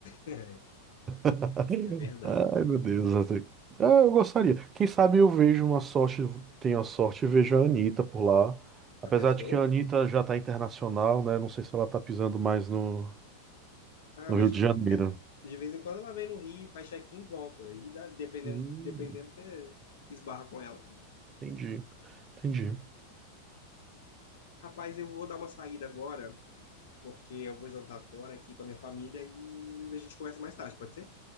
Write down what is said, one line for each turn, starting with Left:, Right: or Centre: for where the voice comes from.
Left: É,
Right: <laughs>
Left: <laughs> é verdade.
Right: Ai, meu Deus. até- Ah, eu gostaria. Quem sabe eu vejo uma sorte, tenho a sorte e vejo a Anitta por lá. Apesar
Left: Da pessoa?
Right: de que a Anitta já tá internacional, né? Não sei se ela tá pisando mais no,
Left: Ah,
Right: no
Left: mas
Right: Rio de Janeiro.
Left: de, de vez em quando ela vem no Rio, faz check-in e volta. E dá- dependendo,
Right: Hum,
Left: dependendo, você esbarra com ela.
Right: entendi. Entendi.
Left: Rapaz, eu vou dar uma saída agora, porque eu vou jantar fora aqui com a minha família e a gente conversa mais tarde, pode ser?